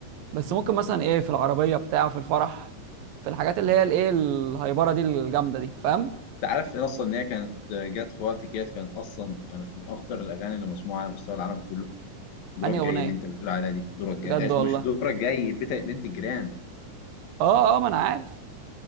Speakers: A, on the right (about 75°); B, on the left (about 70°).
A: بس ممكن مثلا ايه في العربيه بتاع في الفرح في الحاجات اللي هي الايه الهايبره دي الجامده دي فاهم
B: انت عارف إن اصلا ان هي كانت آه، جت في وقت كده كانت اصلا كانت من اخطر الاغاني اللي مسموعه على مستوى العالم كله دورك
A: انهي
B: جاي
A: اغنيه
B: اللي انت بتقول عليها دي دورك جاي
A: بجد
B: آه،
A: والله
B: مش دورك جاي بتا- بنت الجيران
A: اه اه ما انا عارف